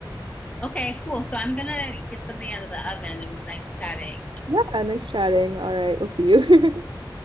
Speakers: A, on the left; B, on the right.
A: okay, cool. So I'm gonna get something out of the oven. It was nice chatting.
B: Yeah, nice chatting. All right, we'll see you. <laughs>